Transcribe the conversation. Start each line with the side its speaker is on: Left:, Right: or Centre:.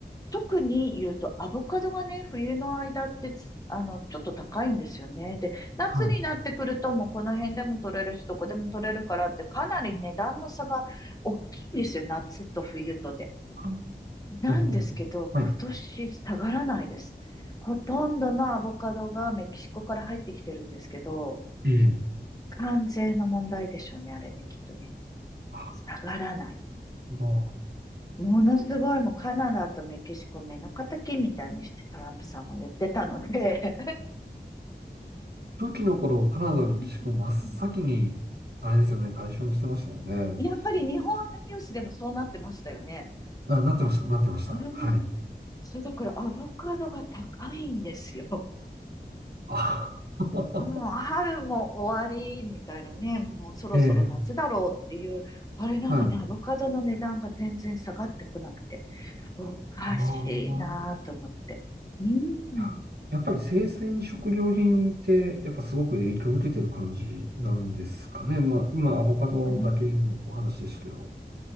Left: 特に言うと、アボカドがね、冬の間ってつ、あの、ちょっと高いんですよね。で、夏になってくると、
Right: はい。
Left: もうこの辺でも取れるし、どこでも取れるからって、かなり値段の差が大きいんですよ、夏と冬とで。
Right: あ
Left: なんですけど、
Right: なるほど。はい。
Left: 今年下がらないです。ほとんどのアボカドがメキシコから入ってきてるんですけど、
Right: ええ。
Left: 関税の問題でしょうね、あれね、きっとね。
Right: あ、
Left: 下がらない。
Right: まあ、
Left: ものすごいもうカナダとメキシコ目の敵みたいにしてトランプさんも言ってたので
Right: 初期の頃、カナダのメキシコ真っ先に、
Left: <laughs> うん
Right: あれですよね、対象にしてましたもんね。
Left: やっぱり日本のニュースでもそうなってましたよね。
Right: あ、なってました、なってました。
Left: うん
Right: はい。
Left: それだからアボカドが高いんですよ。
Right: あ、<laughs>
Left: うん、春も終わりみたいなね、もうそろそろ夏だろうっていう、
Right: ええ、
Left: あれなのにアボカドの値段が全然下がってこなくて、
Right: はい。
Left: おかしいなぁと思って。
Right: ああ、まあ、
Left: うん、
Right: いややっぱり生鮮食料品って、やっぱすごく影響を受けてる感じなんですかね。まあ、今、アボカドだけのお話でしたけど。
Left: うん